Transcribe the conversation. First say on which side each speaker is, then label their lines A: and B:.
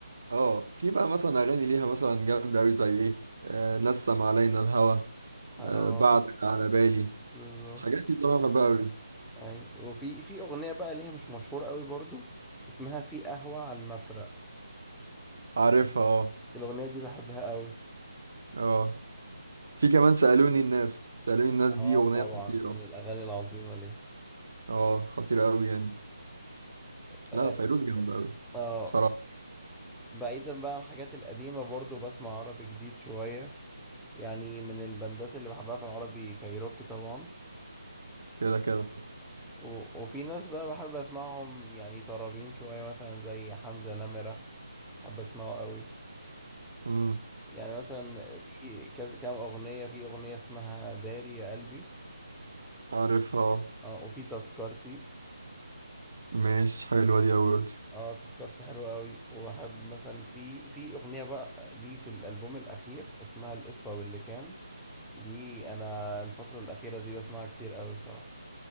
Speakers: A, on the right; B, in the centre.
A: اه في بقى مثلا اغاني ليها مثلا جامده قوي زي ايه آه نسم علينا الهوى
B: ح- اه
A: آه بعدك على بالي
B: بالظبط
A: الحاجات دي بصراحه بحبها قوي
B: ايوه وفي في اغنيه بقى ليها مش مشهوره قوي برضو اسمها في قهوه على المفرق
A: عارفها اه
B: الاغنيه دي بحبها قوي
A: اه في كمان سالوني الناس سالوني الناس
B: اه
A: دي اغنيه
B: طبعا
A: خطيره
B: من الاغاني العظيمه ليها
A: اه خطيره قوي يعني
B: اه
A: لا فيروز جامده قوي
B: آه،
A: بصراحه
B: بعيدا بقى عن الحاجات القديمه برضو بسمع عربي جديد شويه يعني من البندات اللي بحبها في العربي كايروكي طبعا
A: كده كده
B: و... وفي ناس بقى بحب اسمعهم يعني طرابين شويه مثلا زي حمزه نمره بحب اسمعه قوي
A: امم
B: يعني مثلا في كذا كام اغنيه في اغنيه اسمها داري يا قلبي
A: عارفها آه.
B: اه وفي تذكرتي
A: ماشي حلوه دي قوي برضه
B: اه تذكرتي حلوه قوي وبحب مثلا في في اغنيه بقى ليه في الالبوم الاخير اسمها القصه واللي كان دي انا الفتره الاخيره دي بسمعها كتير قوي بصراحه